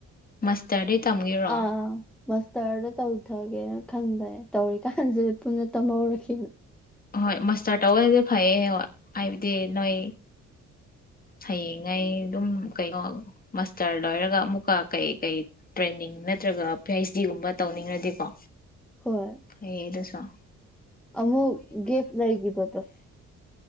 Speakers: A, on the left; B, in the centre.
A: ꯃꯥꯁꯇꯔꯗꯤ ꯇꯝꯒꯦꯔꯣ
B: ꯑꯥ ꯃꯥꯁꯇꯔꯗ ꯇꯧꯊꯒꯦꯅ ꯈꯟꯕꯅꯦ ꯇꯧꯔꯤꯀꯥꯟꯁꯤꯗꯤ ꯄꯨꯟꯅ ꯇꯝꯍꯧꯔꯛꯈꯤꯅ
A: ꯍꯣꯏ ꯃꯁꯇꯔ ꯇꯧꯕꯟꯗꯤ ꯐꯩꯌꯦ ꯍꯣꯏ ꯍꯥꯏꯕꯗꯤ ꯅꯣꯏ ꯍꯌꯦꯡꯉꯩ ꯑꯗꯨꯝ ꯀꯩꯅꯣ ꯃꯁꯇꯔ ꯂꯣꯏꯔꯒ ꯑꯃꯨꯛꯀ ꯀꯩ ꯀꯩ ꯇ꯭ꯔꯦꯟꯅꯤꯡ ꯅꯠꯇ꯭ꯔꯒ ꯄꯤ ꯍꯩꯆ ꯗꯤꯒꯨꯝꯕ ꯇꯧꯅꯤꯡꯉꯗꯤꯀꯣ
B: ꯍꯣꯏ
A: ꯐꯩ ꯑꯗꯨꯁꯣ
B: ꯑꯃꯨꯛ ꯒꯦꯞ ꯂꯩꯒꯤꯕꯇꯣ